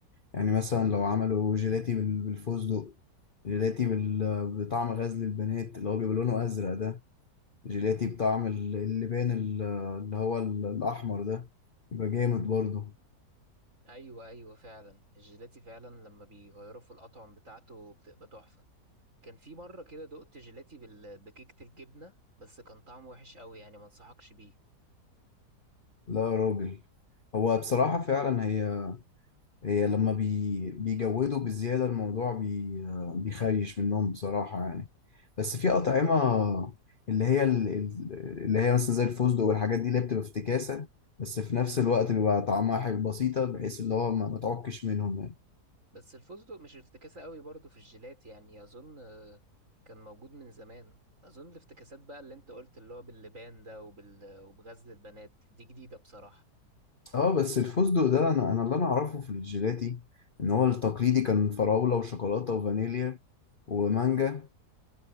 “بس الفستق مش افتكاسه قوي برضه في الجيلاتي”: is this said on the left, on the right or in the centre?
Right